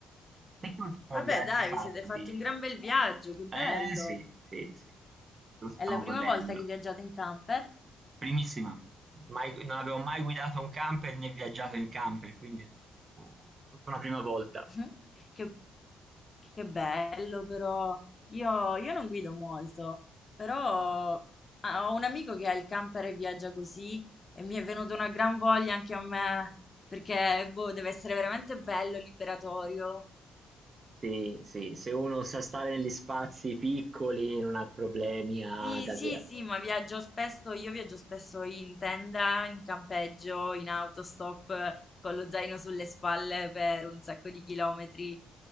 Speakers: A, on the right (about 35°); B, on the left (about 30°).
A: Te che ultimo
B: Vabbè,
A: viaggio
B: dai,
A: hai fatto
B: vi siete fatti
A: di
B: un gran bel viaggio, che bello.
A: eh sì, sì, sì, sì, lo stiamo
B: È la prima
A: godendo.
B: volta che viaggiate in camper?
A: Primissima, mai non avevo mai guidato un camper né viaggiato in camper, quindi è tutto tutta una prima volta.
B: <laughs> Mhm. Che Che bello però, io, io non guido molto, però ah, ho un amico che ha il camper e viaggia così e mi è venuta una gran voglia anche a me, perché boh, deve essere veramente bello, liberatorio.
A: Sì, sì, se uno sa stare negli spazi piccoli e non ha problemi ad
B: Sì,
A: ave
B: sì, sì, ma viaggio spesso, io viaggio spesso in tenda, in campeggio, in autostop, eh, con lo zaino sulle spalle per un sacco di chilometri,